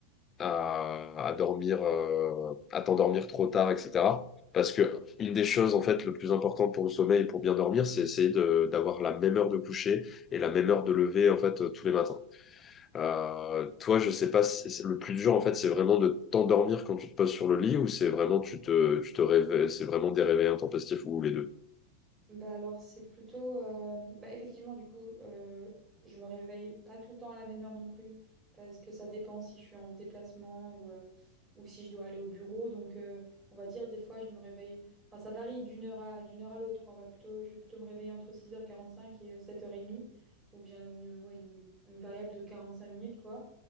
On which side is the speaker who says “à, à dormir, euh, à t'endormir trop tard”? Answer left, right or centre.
Left